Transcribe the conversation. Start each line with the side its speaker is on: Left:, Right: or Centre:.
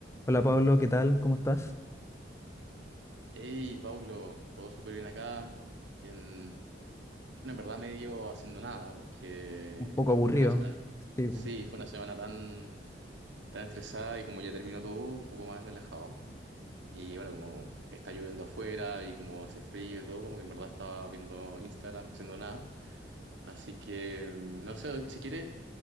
Left: Hola Pablo, ¿qué tal? ¿Cómo estás?
Right: Hey, Pablo, todo súper bien acá. Bien, bueno, en verdad medio haciendo nada, porque
Left: Un poco
Right: ah,
Left: aburrido.
Right: fue una semana,
Left: Sí,
Right: sí,
Left: pues.
Right: fue una semana tan, tan estresada y como ya terminó todo, un poco más relajado. Y bueno, como está lloviendo afuera y como hace frío y todo, como que en verdad estaba viendo Instagram, haciendo nada. Así que, mm, no sé, si quieres,